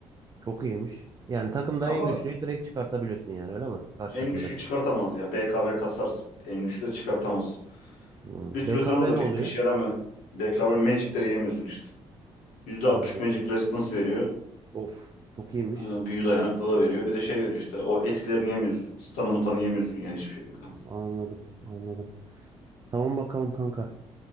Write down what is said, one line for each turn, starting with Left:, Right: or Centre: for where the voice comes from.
Right: Çok iyiymiş. Yani takımda
Left: Ama
Right: en güçlüyü direkt çıkartabiliyorsun yani öyle mi? Karşı
Left: en
Right: takımdaki.
Left: güçlüyü çıkartamaz ya. BKB kasarsın. En güçlü de çıkartamaz.
Right: Hmm.
Left: Bir süre
Right: BKB
Left: sonra da pek
Right: ne oluyor?
Left: bir işe yaramıyor. BKB Magic'leri yemiyorsun işte. %60
Right: Anladım.
Left: Magic Resistance veriyor.
Right: Of çok iyiymiş.
Left: e, büyü dayanıklılığı veriyor. Bir de şey veriyor işte. O etkilerini yemiyorsun. Stun'ımı tanıyamıyorsun yani hiçbir şekilde.
Right: Anladım anladım. Tamam bakalım kanka.